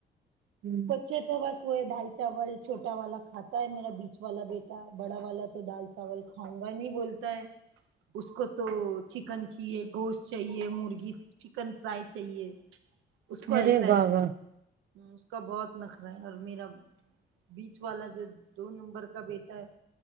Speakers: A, on the right; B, on the right.
A: ہوں،
B: اچھے تو بس وہ ہے دال چاول چھوٹا والا کھاتا ہے میرا بیچ والا بیٹا بڑا والا تو دال چاول کھاؤں گا نہیں بولتا ہے اس کو تو چکن چاہیے گوشت چاہیے مرغی چکن فرائی چاہیے اس کو
A: ارے
B: ایسا
A: بابا
B: اس کا بہت نخرہ ہے اور میرا بیچ والا جو دو نمبر کا بیٹا ہے